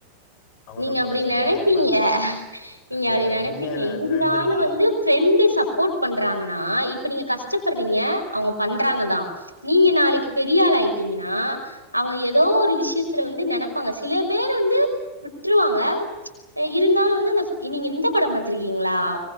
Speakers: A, on the left; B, on the left.
A: அவங்கதா
B: நீங்க அப்படி
A: கொற சொல்லினே
B: நெனப்பீங்க
A: இருப்பாங்க
B: நீங்க அப்படி
A: இல்ல
B: நெனப்பீங்க
A: உண்மையா
B: இருந்தாலு
A: அது நடந்திருக்கு
B: ஃப்ரெண்டு சப்போர்ட் பண்றாங்கனா இப் இப்ப நீங்க கஷ்டப்படுறீங்க அவுங்க பண்றாங்கதா நீங்க நாளைக்கு பெரியாள ஆயிட்டீங்னா அவுங்க ஏதோ ஒரு விஷயத் சிலர் வந்து நெனப்பாங்க சில பேரு வந்து விட்டுருவாங்க ச்ச அ இருந்தாலு வந்து அந்த நீங்க இந்த படம் பாத்திருக்கீங்ளா